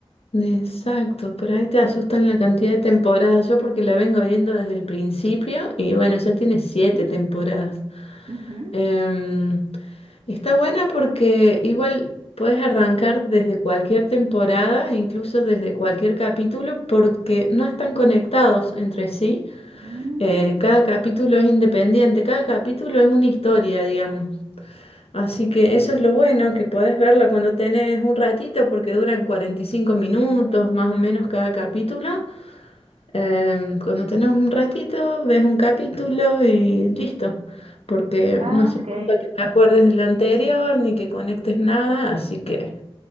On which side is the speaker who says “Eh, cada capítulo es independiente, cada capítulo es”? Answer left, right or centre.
Left